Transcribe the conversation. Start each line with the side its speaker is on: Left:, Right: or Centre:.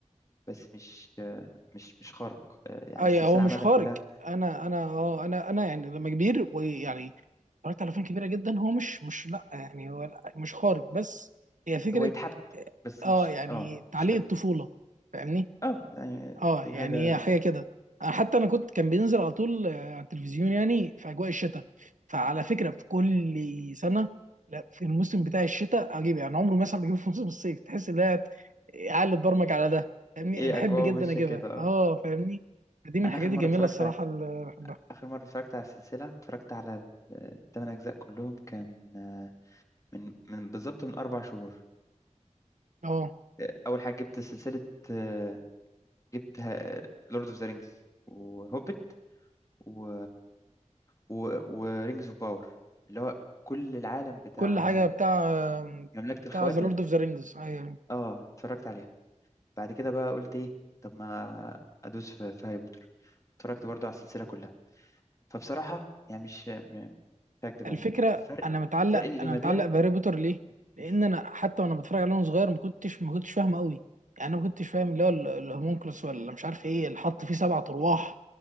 Left: بس مش آه، مش مش خارق آه، يعني
Right: اي
Left: السلسله
Right: هو مش
Left: عامه
Right: خارج
Left: كلها
Right: انا انا اه انا انا يعني لما كبير ويعني اتفرجت على افلام كبيره جدا هو مش مش لا يعني هو لا مش خارج بس هي فكره
Left: هو يتحب بس
Right: اه
Left: مش
Right: يعني
Left: اه
Right: تعليق
Left: مش كده
Right: الطفوله فاهمني
Left: اه يعني
Right: اه
Left: دي
Right: يعني
Left: حاجه
Right: هي حاجه كده حتى انا كنت كان بينزل على طول آه، على التلفزيون يعني في اجواء الشتاء فعلى فكره في كل سنه لا في الموسم بتاع الشتاء اجيب يعني عمره مثلا بجيبه في موسم الصيف تحس ان هي قاعد برمج على ده فاهمني
Left: ايه
Right: بحب
Left: اجواء
Right: جدا
Left: ماشيه
Right: اجيبها
Left: كده اه
Right: اه فاهمني دي من
Left: انا
Right: الحاجات
Left: اخر مره
Right: الجميله
Left: اتفرجت
Right: الصراحه
Left: على
Right: اللي بحبها
Left: اخر مره اتفرجت على السلسله اتفرجت على ال- الثمان اجزاء كلهم كان آه، من من بالظبط من اربع شهور
Right: اه
Left: آه، اول حاجه جبت سلسله آه، جبت لورد اوف ذا رينجز وهوبت و... و... ورينجز اوف باور اللي هو كل العالم بتاع
Right: كل حاجه بتاع
Left: مملكة الخواتم
Right: بتاع ذا لورد اوف ذا رينجز يعني
Left: اه اتفرجت عليها بعد كده بقى قلت ايه طب ما ادوس في, في هاري بوتر اتفرجت برضو على السلسلة كلها فبصراحة يعني مش م- مش هكدب
Right: الفكره
Left: عليك الفرق
Right: انا متعلق
Left: فرق الجمدان
Right: انا متعلق بهاري بوتر ليه
Left: كبير
Right: لان انا حتى وانا بتفرج عليه وانا صغير ما كنتش ما كنتش فاهم قوي يعني انا ما كنتش فاهم اللي هو ال- الهومونكلوس ولا مش عارف ايه اللي حط فيه سبع ارواح